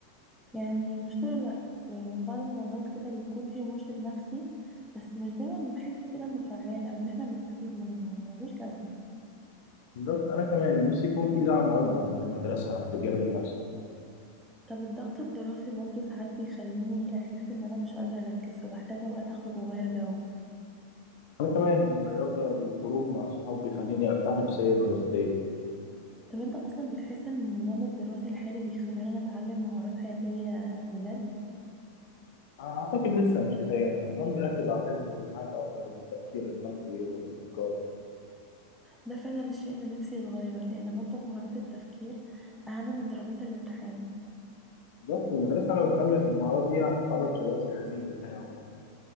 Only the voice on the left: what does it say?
بالظبط أنا كمان نفسي يكون في دعم أكبر من المدرسة في الجانب النفسي
أنا كمان والرياضة والخروج مع الصحاب بيخليني أرتاح نفسيا وجسديا
أعتقد لسه مش كفاية يعني النظام بيركز على الحفظ والامتحانات أكتر من التفكير النقدي والابتكار
بالظبط المدرسة لو اهتمت بالمهارات دي هتخرج شباب جاهزين للحياة